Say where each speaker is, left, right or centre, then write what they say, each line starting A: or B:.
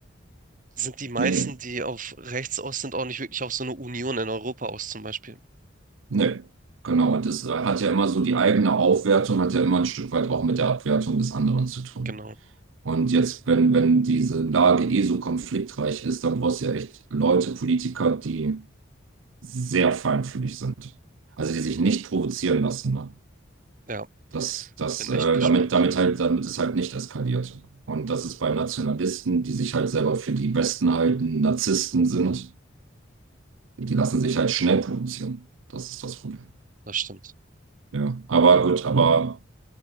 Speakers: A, on the right (about 40°); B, on the right (about 80°).
A: sind die meisten,
B: Nee,
A: die auf rechts aus sind, auch nicht wirklich auf so eine Union in Europa aus, zum Beispiel.
B: nö. Genau. Und das äh, hat ja immer so die eigene Aufwertung, hat ja immer ein Stück weit auch mit der Abwertung des anderen zu tun.
A: Genau.
B: Und jetzt, wenn, wenn diese Lage eh so konfliktreich ist, dann brauchst du ja echt Leute, Politiker, die sehr feinfühlig sind. Also die sich nicht provozieren lassen. Ne?
A: Ja,
B: Das, das,
A: bin
B: äh,
A: echt gespannt.
B: damit, damit halt, damit es halt nicht eskaliert. Und das ist bei Nationalisten, die sich halt selber für die Besten halten, Narzissten sind, die lassen sich halt schnell provozieren. Das ist das Problem.
A: Das stimmt.
B: Ja, aber gut, aber